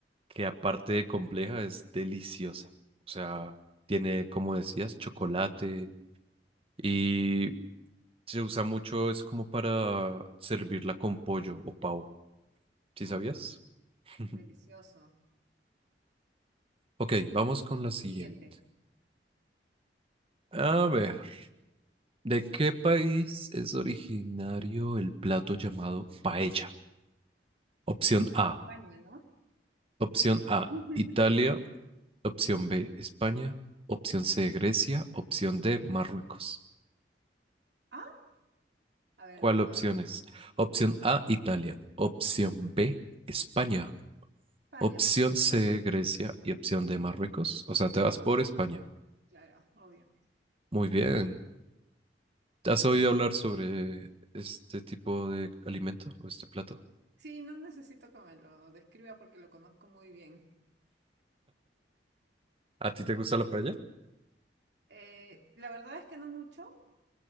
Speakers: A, on the right; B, on the right.
A: que aparte de compleja es deliciosa. O sea, tiene, como decías, chocolate y se usa mucho, es como para servirla con pollo o pavo, ¿sí
B: Ah,
A: sabías?
B: qué rico.
A: <laughs>
B: Delicioso.
A: Ok, vamos con la siguiente.
B: Siguiente.
A: A ver, ¿de qué país es originario el plato llamado paella? Opción
B: De
A: A,
B: España, ¿no?
A: opción A,
B: <laughs>
A: Italia, opción B, España, opción C, Grecia, opción D, Marruecos.
B: Ah, a ver,
A: ¿Cuál
B: de
A: opción
B: nuevo.
A: es? Opción A, Italia, opción B, España,
B: España,
A: opción
B: pues, España.
A: C, Grecia y opción D, Marruecos. O sea, te vas por España.
B: Claro, obvio.
A: Muy bien. ¿Has oído
B: Ujú.
A: hablar sobre este tipo de alimento o este plato?
B: Sí, no necesito que me lo describa porque lo conozco muy bien.
A: ¿A ti te gusta la paella?
B: Eh, la verdad es que no mucho.